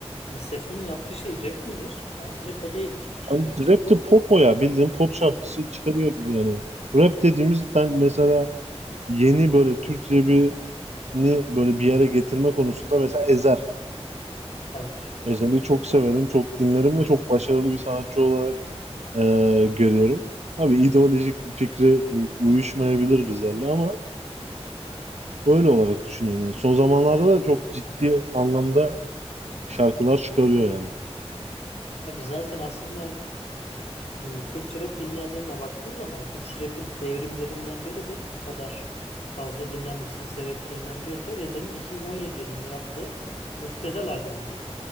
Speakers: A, on the left; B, on the right.
A: Ama Sefo'nun yaptığı şey rap midir? Bence rap o değildir Türkçe
B: Yani
A: rap için.
B: rap de pop o ya. Bildiğin pop şarkısı çıkarıyor gibi yani. Rap dediğimiz ben mesela yeni böyle Türk rap'ini böyle bir yere getirme konusunda mesela Ezer.
A: Tabii ki.
B: Ezel'i çok severim, çok dinlerim ve çok başarılı bir sanatçı olarak e, görüyorum. Tabii ideolojik fikri e, uyuşmayabilir bizlerle ama öyle olarak düşünüyorum. Yani son zamanlarda da çok ciddi anlamda şarkılar çıkarıyor yani.
A: Tabii zaten aslında Hmm, Türkçe rap dinleyenlerine baktığın zaman Türkçe rap'in devrimlerinden biri de bu kadar fazla dinlenmesinin sebeplerinden biri de Ezhel'in 2017 yılında yaptığı Müptezel albümüdür.